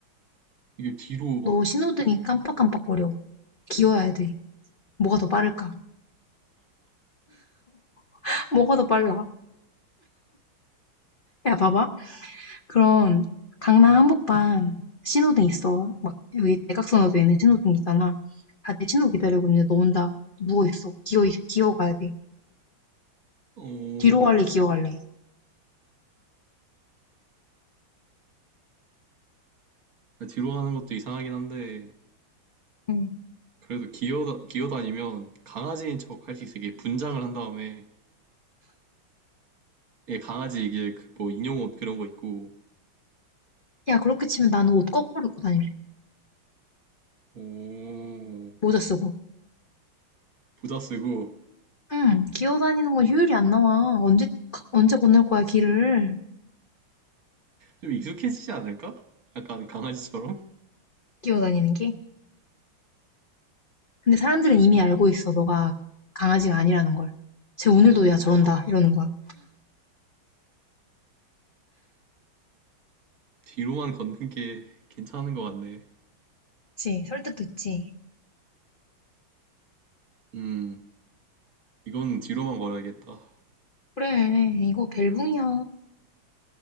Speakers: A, on the right (about 50°); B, on the left (about 65°).
A: 이게 뒤로 막,
B: 너 신호등이 깜빡깜빡거려. 기어야 돼. 뭐가 더 빠를까? <laughs> 뭐가 더 빨라? 야 봐봐. 그런 강남 한복판 신호등 있어. 막 여기 대각선으로 있는 신호등 있잖아. 다들 신호 기다리고 있는데 너 혼자 누워있어. 기어, 기어가야 돼.
A: 어,
B: 뒤로 갈래, 기어 갈래.
A: 뒤로 가는 것도 이상하긴 한데
B: 응.
A: 그래도 기어다, 기어다니면 강아지인 척 할 수 있어. 이게 분장을 한 다음에 예, 강아지 이게 그 뭐 인형옷 그런 거 있고
B: 야, 그렇게 치면 나는 옷 거꾸로 입고 다닐래.
A: 오,
B: 모자 쓰고.
A: 부자 쓰고
B: 응, 기어 다니는 건 효율이 안 나와. 언제, 언제 건널 거야, 길을.
A: 좀 익숙해지지 않을까? 약간 강아지처럼?
B: 기어 다니는 게. 근데 사람들은 이미 알고 있어. 너가 강아지가 아니라는 걸. 쟤 오늘도 야, 저런다. 이러는 거야.
A: <laughs> 뒤로만 걷는 게 괜찮은 것 같네.
B: 그치, 설득도 있지.
A: 음, 이건 뒤로만 걸어야겠다.
B: 그래, 이거 벨붕이야.